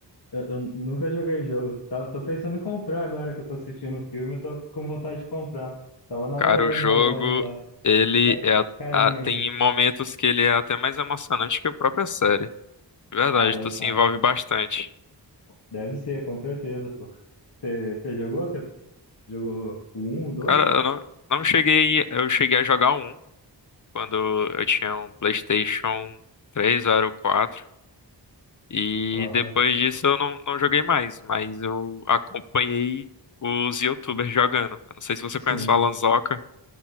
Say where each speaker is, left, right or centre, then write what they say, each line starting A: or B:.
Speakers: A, on the left (about 60°); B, on the left (about 45°).
A: Eu, eu nunca joguei o jogo. Tava, tô pensando em comprar agora que eu tô assistindo o filme, eu tô com vontade de comprar. Tava namorando
B: Cara, o jogo,
A: na loja lá,
B: ele
A: que tá
B: é, a-
A: carinho
B: a-
A: ainda.
B: tem momentos que ele é até mais emocionante que a própria série. De verdade,
A: Ah, deve,
B: tu se
A: ah,
B: envolve bastante.
A: deve ser, com certeza, pô. Você jogou? Você jogou o 1, 2?
B: Cara, eu não, não cheguei, eu cheguei a jogar um quando eu tinha um PlayStation 3 ou era o 4. E
A: Aham,
B: depois disso eu não, não joguei mais, mas eu acompanhei os YouTubers jogando. Eu não sei se você
A: sim.
B: conhece o Alan Zoca.